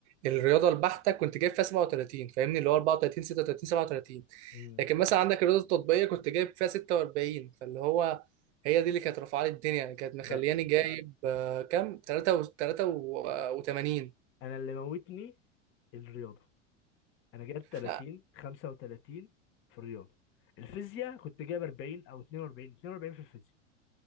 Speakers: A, on the right (about 70°); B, on the left (about 35°).
A: الرياضه البحته كنت جايب فيها 37 فاهمني اللي هو 34 36 37
B: مم.
A: لكن مثلا عندك الرياضه التطبيقيه كنت جايب فيها 46 فاللي هو هي دي اللي كانت رافعه لي الدنيا يعني كانت مخلياني
B: لا
A: جايب آه، كام 83
B: انا اللي موتني الرياضه انا جايب 30
A: لا
B: 35 في الرياضه الفيزياء كنت جايب 40 او 42 42 في الفيزياء